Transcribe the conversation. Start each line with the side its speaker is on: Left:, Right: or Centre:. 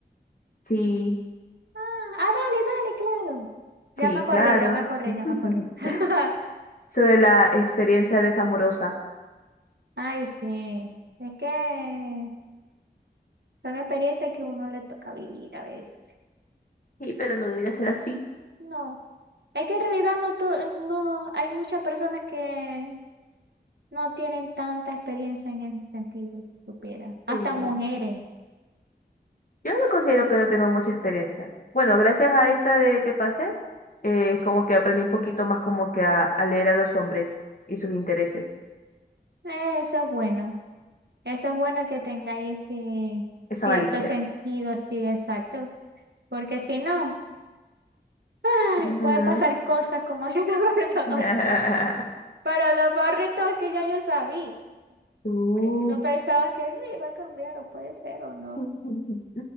Left: Sí,
Right: Ah, ah, dale, dale, claro. Ya
Left: sí,
Right: me acordé,
Left: claro.
Right: ya me acordé,
Left: <laughs>
Right: ya me acordé. <laughs>
Left: Sobre la experiencia desamorosa.
Right: Ay, sí. Es que Son experiencias que uno le toca vivir a veces.
Left: Sí, pero no debería ser así.
Right: No, es que en realidad no, to- no hay muchas personas que no tienen tanta experiencia en ese sentido, si supiera. Hasta
Left: Eh,
Right: mujeres.
Left: yo me considero que no tengo mucha experiencia. Bueno, gracias a esta de que pasé, eh, como que aprendí un poquito más como que a, a leer a los hombres y sus intereses.
Right: Eso es bueno. Eso es bueno que tengáis ese
Left: Esa
Right: cierto
Left: malicia.
Right: sentido así exacto. Porque si no, ay,
Left: Ujú.
Right: puede pasar cosas como si te <laughs> pasó.
Left: <laughs>
Right: Pero lo peor de todo es que ya yo sabía.
Left: Uh.
Right: Pero yo no pensaba que sí, iba a cambiar o puede ser o no.
Left: <laughs>